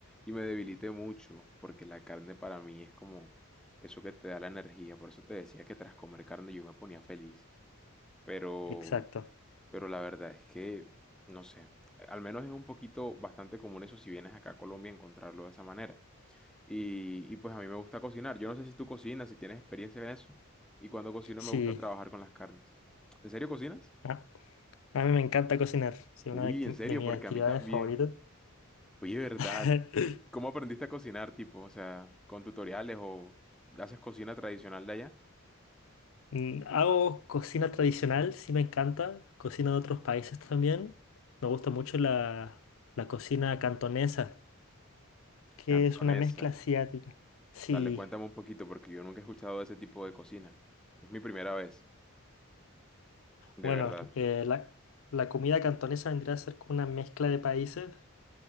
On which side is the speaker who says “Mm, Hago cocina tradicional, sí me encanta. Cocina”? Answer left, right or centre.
Left